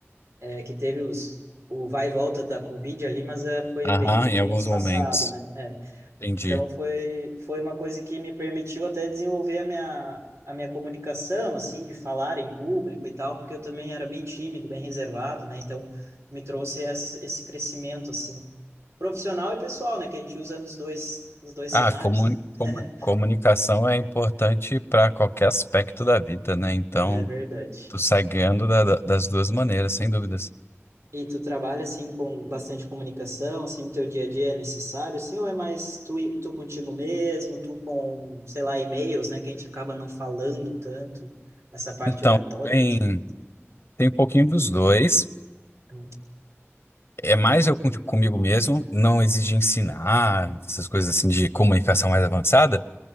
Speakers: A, on the right; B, on the left.
A: eh, que teve os, o vai e volta da Covid ali, mas eh, foi
B: Aham,
A: bem,
B: em
A: bem
B: alguns
A: espaçado,
B: momentos.
A: né? É,
B: Entendi.
A: então foi, foi uma coisa que me permitiu até desenvolver a minha, a minha comunicação, assim, de falar em público e tal, porque eu também era bem tímido, bem reservado, né? Então me trouxe essa- esse crescimento, assim, profissional e pessoal, né? Que a gente usa nos dois, nos dois
B: Ah,
A: cenários,
B: comuni-
A: né?
B: comu-
A: <laughs>
B: comunicação é importante para qualquer aspecto da vida, né? Então,
A: É verdade.
B: tu sai ganhando da- da- das duas maneiras, sem dúvidas.
A: E tu trabalha assim com bastante comunicação, assim no teu dia a dia é necessário, assim, ou é mais tu, e- tu contigo mesmo, tu com, sei lá, e-mails, né, que a gente acaba não falando tanto, essa parte
B: Então,
A: oratória
B: tem.
A: mesmo, né?
B: Tem um pouquinho dos dois.
A: Uhum,
B: É mais eu com- comigo mesmo, não exige ensinar, essas coisas assim de comunicação mais avançada,